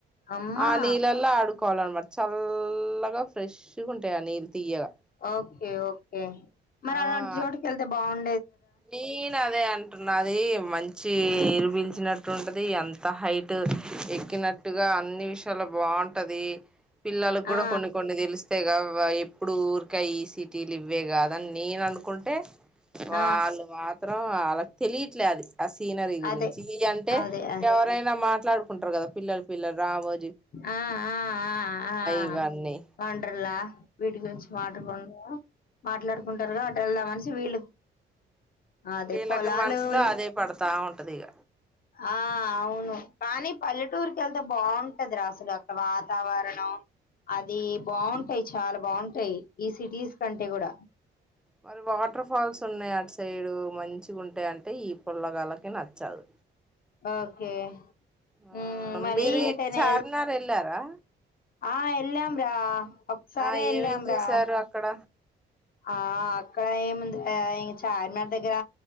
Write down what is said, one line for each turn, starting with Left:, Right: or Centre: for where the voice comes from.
Left: అమ్మా
Centre: ఆ నీళ్లల్ల ఆడు కోవాల అన్నమాట చల్లగా ఫ్రెష్ గా ఉంటయి ఆ నీళ్ళు తీయగా
Left: ఓకే ఓకే మరి
Centre: ఆ
Left: అలాంటి చోటుకెళ్తే బాగుం
Centre: నేను అదే అంటున్న అదీ మంచి లిచినట్టుంటది అం త హైట్ ఎక్కినట్టుగా అన్ని విషయాలు బాంటది పిల్లలకు కూడ
Left: ఆ
Centre: కొన్ని కొన్ని తెలు స్తేగా ఎప్పుడు ఊరికా ఈ సిటీలు ఇవ్వే గాదని నేను అనుకుంటే
Left: ఆ
Centre: వాళ్ళు మాత్రం ఆళ్ళకు తెలిట్లే అది ఆ సీనరీ గురించి
Left: అదే
Centre: ఇగ అంటే
Left: అదే అ
Centre: ఎవరైనా మాట్లాడు కుంటరు కదా పిల్లలు పిల్లలు రామో
Left: ఆ ఆ ఆ ఆ
Centre: ఇవన్నీ
Left: వండ్రల్ల వీటి గురించి మాటాకుం మాట్లాడుకుంటారు గా అటు వెళ్దామనేసి వీళ్ళు అదే
Centre: వీళ్ళకి
Left: పొలాలు
Centre: మనుసులో
Left: ఇవ్
Centre: అదే పడతా ఉంటది ఇగ
Left: ఆ అవును కానీ పల్లెటూరుకెళ్తే బాగుంటది రా అసలు అంత వాతావరణం అది బాగుంటాయి చాలా బాగుంటాయి ఈ సిటీస్ కంటే కూడ
Centre: మరి వాటర్ ఫాల్స్ ఉన్నాయి అటు సైడు మంచిగుంటయంటే ఈ పుల్లగాల్లకి నచ్చదు
Left: ఓకే
Centre: ఆ
Left: మ్మ్ మరీ
Centre: మీరు ఇటు
Left: ఎటైనా
Centre: చార్మినార్ వెళ్ళారా
Left: ఆ యెళ్ళాం రా ఒక్కసారే
Centre: ఆ
Left: వెళ్ళాం
Centre: ఏమేం చేసారు
Left: రా
Centre: అక్కడ
Left: ఆ అక్కడ ఏముంది ఇంగ చార్మినార్ దగ్గర